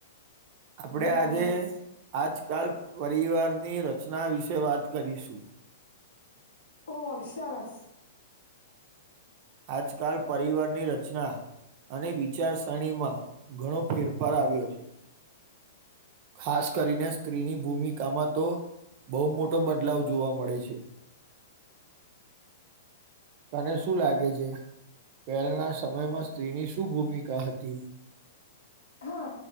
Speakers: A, on the right; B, on the left.
A: આપળે
B: બોલો
A: આજે આજકાલ પરિવારની રચના વિશે વાત કરીશું.
B: ઓય સરસ.
A: આજકાલ પરિવારની રચના અને વિચારસરણીમાં ઘણો ફેરફાર આવ્યો છે. ખાસ કરીને સ્ત્રીની ભૂમિકામાં તો. બો મોટો બદલાવ જોવા મળે છે. તને શું લાગે જ? જે પૈલના સમયમાં સ્ત્રીની શું ભૂમિકા હતી?
B: હા